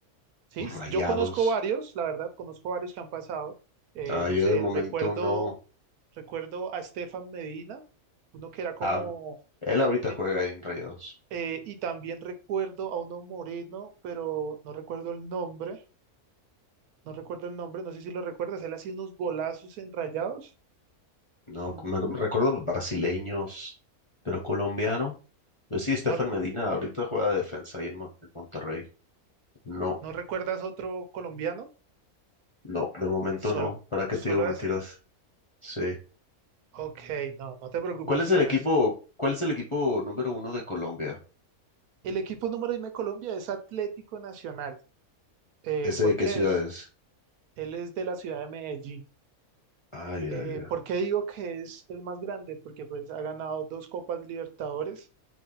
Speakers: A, on the right; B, on the left.
A: Sí,
B: pues,
A: s-
B: Rayados.
A: yo conozco varios, la verdad, conozco varios que han pasado. Eh,
B: Ah,
A: no
B: yo
A: sé,
B: de momento
A: recuerdo,
B: no.
A: recuerdo a Estefan Medina, uno que era como,
B: Ah, no. Él ahorita
A: eh,
B: juega en Rayados.
A: eh, y también recuerdo a uno moreno, pero no recuerdo el nombre, no recuerdo el nombre, no sé si lo recuerdas, él hacía unos golazos enrayados.
B: No,
A: Mm,
B: me, me recuerdo brasileños, pero colombiano. Pues sí, Estefan
A: ¿No, re-
B: Medina ahorita juega de defensa ahí en, Mon- en Monterrey. No,
A: no recuerdas otro colombiano?
B: no, de momento
A: Sol-
B: no. ¿Para qué
A: solo
B: te digo mentiras?
A: ese.
B: Sí.
A: Ok, no, no te preocupes,
B: ¿Cuál es el
A: pero
B: equipo,
A: es-
B: cuál es el equipo número uno de Colombia?
A: el equipo número uno de Colombia es Atlético Nacional. Eh,
B: ¿Ese
A: ¿por
B: de qué
A: qué
B: ciudad
A: es?
B: es?
A: Él es de la ciudad de Medellín.
B: Ay,
A: Eh,
B: ay,
A: ¿por qué digo que es el más grande? Porque pues ha ganado dos Copas Libertadores.